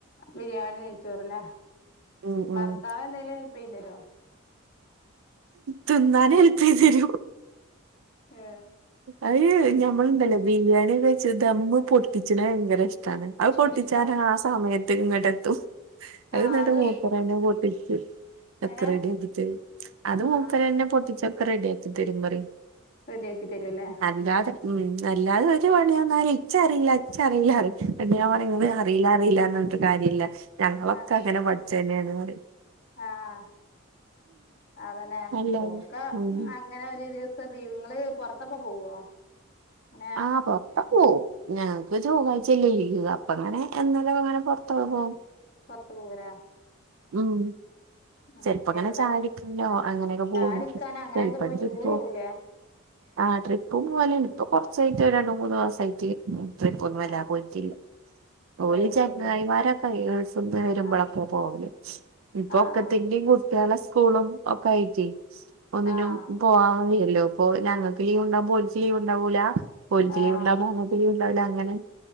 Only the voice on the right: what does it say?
ഉം ഉം
തിന്നാന് എല്പ് ചെയ്തരു
അഹ് ഞമ്മള് ഇണ്ടല്ലേ ബിരിയാണി വെച്ച് ദമ്മ് പൊട്ടിച്ച്ണെ ഭയങ്കര ഇഷ്ടാണ് ആഹ് പൊട്ടിച്ചാന്
ആഹ് സമയത്ത് ഇങ്ങട്ടത്തും അഹ്
ന്ന്ട്ട്
മൂപ്പര് തന്നെ പൊട്ടിച്ച് ഒകെ
റെഡിയാക്കി തരും അത്
മൂപ്പര്
എന്നെ പൊട്ടിച്ചൊക്കെ റെഡി ആക്കി തരും പറി
അല്ലാതെ ഉം അല്ലാതെ വരു പണ്ണിയർ ഞാൽ ഇച്ചറീല്ല അച്ചറീല്ല പറിം <unintelligible> ഞാൻ പറയും പണിയാൻ പറയ അറീല്ല അറീല്ല എന്നിട്ട് കാര്യല്ല ഞങ്ങളൊക്കെ
അങ്ങനെ പഠിച്ച ന്നെണ് പറി
അല്ലാതെ
ഉം
ആഹ് പോറത്തൊക്കെ പോവും ഞക്ക് ചൊവ്വാഴ്ച്ചല്ലേ ലീവ് അപ്പ അങ്ങനെ എന്നല്ല അങ്ങനെ പോറത്തൊക്കെ പോവും
ഉം
ചെലപ്പങ്ങനെ
ചായടിക്കാനോ അങ്ങനെയൊക്കെ
പോകും
ചെപ്പ
ട്രിപ്പ്
പോകും
ആഹ് ട്രിപ്പും പോലണ്ട് ഇപ്പൊ കൊറച്ചായിട്ട് ഒരു രണ്ടു മൂന്ന് മാസായിട്ട് മൂപ്പര് കൊന്നു വല്ലാതെ
പോയിട്ടില്ല ഓല്
ചങ്ങായിമാരക്കെ ഗൾഫ്ന്ന് വരുമ്പോളൊക്കെ
പോവല് ഇപ്പൊ
ഒക്കത്തിന്റിം കുട്ടികളെ സ്കൂളും ഒക്കെ ആയിറ്റേ ഒന്നിനും
പോവാല്ലോ ഇപ്പൊ ഞങ്ങൾക്ക് ലീവ് ഉണ്ടാവോ ഓലിക്ക് ലീവ്ണ്ടാവൂല ഓലിക്ക്
ലീവ് ഉണ്ടാവുംമ്പോ ഞമ്മക്കും ലീവ് ഉണ്ടാവില്ല അങ്ങനെ